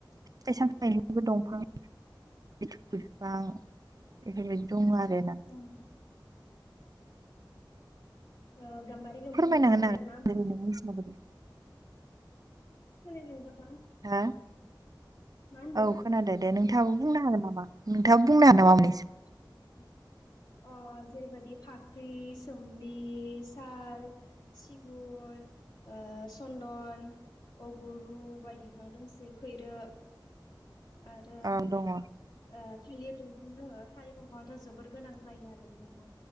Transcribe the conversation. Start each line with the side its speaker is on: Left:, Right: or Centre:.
Right: फिथाइ-सामथाइनि बो दंफां लिथुखु बिफां बेफोरबायदि दङ आरोना?
Left: ओं ओ गाम्बारि दंफांनिफ्राय
Right: फोरमायना होनो हागोन
Left: मा मा
Right: जेरै नों मिथिनाय बायदि
Left: खोनायाखै नोंथां
Right: हा
Left: मा होनदों?
Right: औ खोनादो दे नोंथाङाबो बुंनो हागोन नामा नोंथाङाबो बुंनो हागोन नामा मोनैसो।
Left: <inaudible> अ जेरैबायदि फाख्रि सोमलि साल सिगुन सन्दन अगुरु बायदि बिफां दोंसोयो खैरो। आरो
Right: औ दङ
Left: ओ थालिर दंफां दङो थालिर दंफाङाथ' जोबोर गोनां जायो आरो ना नोंथां।